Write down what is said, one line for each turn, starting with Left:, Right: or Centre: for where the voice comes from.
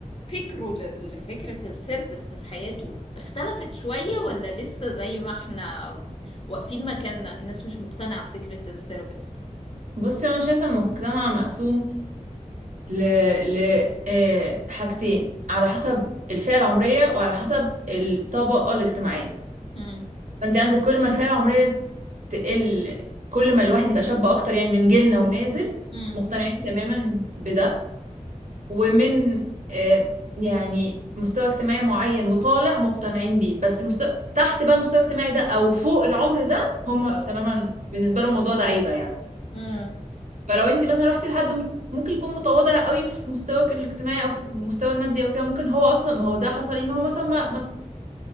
Left: فكره لل- لفكرة السيرفيس في حياته اختلفت شوية ولا لسه زي ما احنا واقفين مكاننا الناس مش مقتنعة بفكرة السيرفيس
Right: بصي انا شايفه المجتمع مقسوم ل ل آه، حاجتين على حسب الفئه العمريه وعلى حسب الطبقه الاجتماعيه
Left: امم
Right: فانت عندك كل ما الفئه العمريه تقل كل ما الواحد يبقى شاب اكتر يعني من جيلنا ونازل
Left: امم
Right: مقتنعين تماما بده ومن آه، يعني مستوى اجتماعي معين وطالع مقتنعين بيه بس مستوى تحت بقى المستوى الاجتماعي ده او فوق العمر ده هم
Left: اه
Right: تماما بالنسبه لهم الموضوع ده عيبه يعني
Left: امم
Right: فلو انت مثلا رحتي لحد م- ممكن يكون متواضع قوي في مستواك الاجتماعي او في مستوى المادي او كده ممكن هو اصلا ما هو ده حصل إيه، ان هو مثلا ما ما